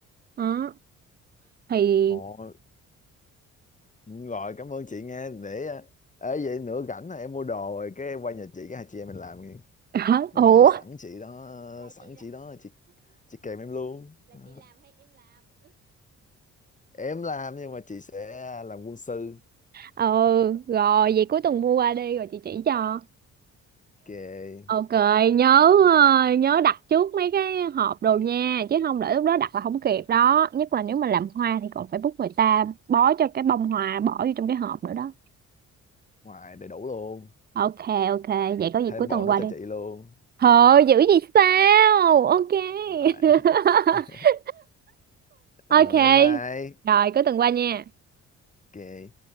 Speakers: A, on the right (about 35°); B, on the left (about 25°).
A: Đó thì
B: Ồ, rồi cảm ơn chị nghe để ờ, ê vậy nữa rảnh là em mua đồ rồi cái qua nhà chị cái hai chị em mình làm nghe
A: <laughs>
B: bây
A: ủa
B: giờ sẵn chị đó sẵn chị đó chị chị kèm em luôn Đó. em làm nhưng mà chị sẽ làm quân sư
A: ờ
B: à,
A: rồi vậy cuối tuần mua qua đi rồi chị chỉ cho.
B: kề
A: Ok, nhớ ờ, nhớ đặt trước mấy cái hộp đồ nha, chứ không để lúc đó đặt là không kịp đó. Nhất là nếu mà làm hoa thì còn phải bút người ta bó cho cái bông hoa bỏ vô trong cái hộp nữa đó.
B: ngoài đầy đủ luôn
A: Ok, ok, vậy có gì
B: thêm
A: cuối tuần
B: bộ nó
A: qua
B: cho
A: đi.
B: chị luôn
A: Thôi, dữ gì sao? Ok.
B: ngoài
A: <laughs>
B: <laughs> Ờ,
A: Ok.
B: em mày
A: Rồi, cuối tuần qua nha.
B: kệ